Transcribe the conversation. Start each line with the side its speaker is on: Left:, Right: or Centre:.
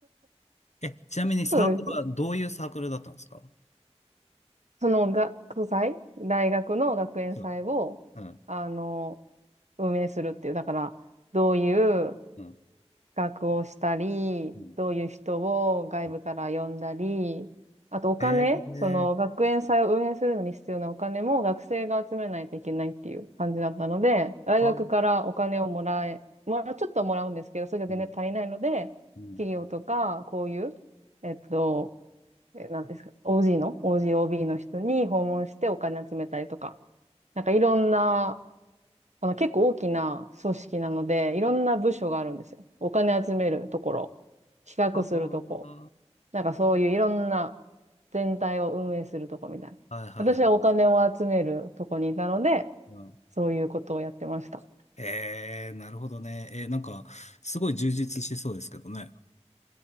Left: え、ちなみにサークルはどういうサークルだったんですか
Right: そうです。その学祭、大学の学園祭を、
Left: そう。うん、
Right: あの、運営するっていう。だから、どういう
Left: うん、
Right: 学をしたり、
Left: うん。
Right: どういう人を外部から呼んだり、
Left: うん
Right: あとお金、
Left: えー、
Right: その学園祭を運営するのに必要なお金も学生が集めないといけないっていう感じだったので、大学からお金をもらえ、
Left: はう
Right: まあ、ちょっとはもらうんですけど、それが全然足りないので、
Left: ん、うん。
Right: 企業とか、こういう、えっと、え、なんですか、OG の、OGOB の人に訪問してお金集めたりとか、なんかいろんな、あの結構大きな組織なので、いろんな部署があるんですよ。お金集めるところ、企画するとこ、
Left: あ
Right: なんかそういういろんな全体を運営するとこみたいな。
Left: あ、はいはいはい
Right: 私はお金を集めるとこにいたので、
Left: うん。
Right: そういうことをやってました。
Left: えー、なるほどね。えー、なんか、すごい充実しそうですけどね。